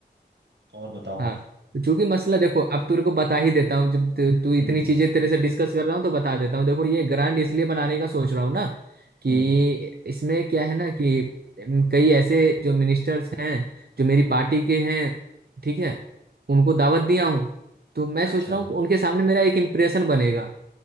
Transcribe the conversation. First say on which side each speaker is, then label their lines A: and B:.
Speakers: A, on the right; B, on the right.
A: और बताओ
B: हाँ तो चूंकि मसला देखो अब तेरे को बता ही देता हूँ जब तू तू इतनी
A: हम्म
B: चीजें तेरे से डिस्कस कर रहा हूँ तो बता देता हूँ देखो ये ग्रांड इसलिए बनाने का सोच रहा हूँ ना कि
A: हम्म
B: इसमें क्या है ना कि अम, कई ऐसे जो मिनिस्टर्स हैं जो मेरी पार्टी के हैं ठीक है उनको दावत दिया हूँ तो मैं
A: अच्छा
B: सोच रहा हूँ कि उनके सामने मेरा एक इम्प्रेशन बनेगा